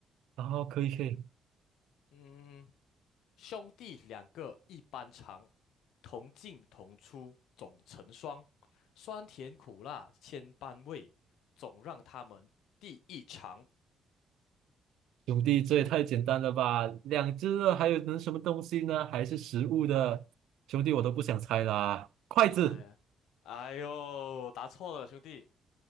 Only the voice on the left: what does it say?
嗯，兄弟两个一般长，同进同出总成双，酸甜苦辣千般味，总让他们第一尝。
哎呀，哎呦，答错了，兄弟，